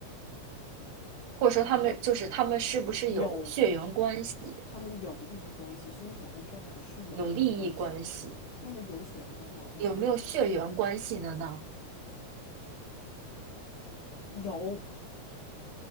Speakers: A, on the right; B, on the left.
A: 或者说他们就是他们是不是有血缘关系？
B: 有他们有利益关系，凶手跟受害者是有利益关系。
A: 有利益关系，
B: 那么有血缘关系吗？我问一下，
A: 有没有血缘关系的呢？
B: 有